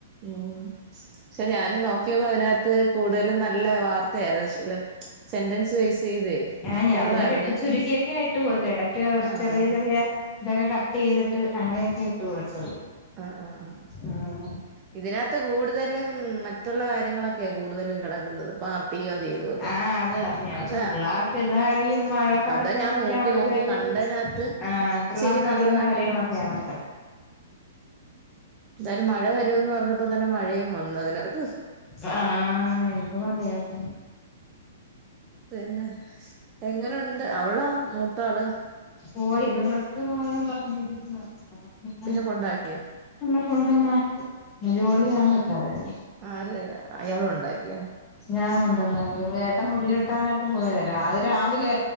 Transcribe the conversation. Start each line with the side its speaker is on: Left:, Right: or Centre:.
Right: ഉം പക്ഷെ ഞാനും നോക്കിയപ്പോ അതിനകത്ത് കൂടുതലും നല്ല വാർത്തയായിരുന്നു സെന്റൻസ് ബേസ് ചെയ്തേ
Left: ആഹ ഞാൻ
Right: കൊള്ളായിരുന്നു
Left: പിന്നെ വെട്ടിച്ചുരുക്കിയൊക്കെ
Right: ഞാൻ
Left: ആയിട്ട് കൊടുത്ത ഇടക്ക്
Right: ആഹ്
Left: ചെറിയ
Right: ആഹ്
Left: ചെറിയ ഇതൊക്കെ കട്ട് ചെയ്തിട്ട് അങ്ങനെയൊക്കെ ഇട്ട് കൊടുത്തത്
Right: ആ ആ ആ
Left: ആഹ്
Right: ഇതിനകത്ത് കൂടുതലും മറ്റുള്ള കാര്യങ്ങളൊക്കെ കൂടുതലും കിടക്കുന്നത് ചെയ്ത് <unintelligible>
Left: ആഹ് അത് അത് ഞാൻ വെച്ച്
Right: അത
Left: പിള്ളേർക്ക് ഇതാ ഈ ഒരു മഴക്കാലൊക്കെ
Right: അത ഞാൻ നോക്കി
Left: ആവുമ്പോഴത്തേക്ക്
Right: നോക്കി ഉള്ളതിനകത്ത്
Left: ആഹ് പിള്ളേർക്ക്
Right: ചിരി നല്ലതാ
Left: അറിയുന്ന
Right: കേട്ടോ
Left: കാര്യങ്ങളൊക്കെയാണല്ലോ
Right: എന്തായാലും മഴ വരമന്ന് പറഞ്ഞപ്പോ തന്നെ മഴയും വന്നു അതിനകത്ത്
Left: ആഹ എന്ത് മഴയും
Right: പിന്നെ എങ്ങനെുണ്ട് അവളാ മൂത്ത ആള്
Left: പോയി ഇന്ന് ബസ് പോയും പറഞ്ഞിരിക്കുവാ <unintelligible>
Right: പിന്നെ കൊണ്ടാക്കിയ
Left: കൊണ്ട് വന്നു ആക്കി പിന്നെ
Right: ആ
Left: <unintelligible>
Right: ആര് അയാള് ഉണ്ടാക്കിയ
Left: ഞാൻ കൊണ്ടന്ന ഏട്ടൻ മുടി വട്ടൻ ആയിട്ട് പോയത് അത് രാവിലെ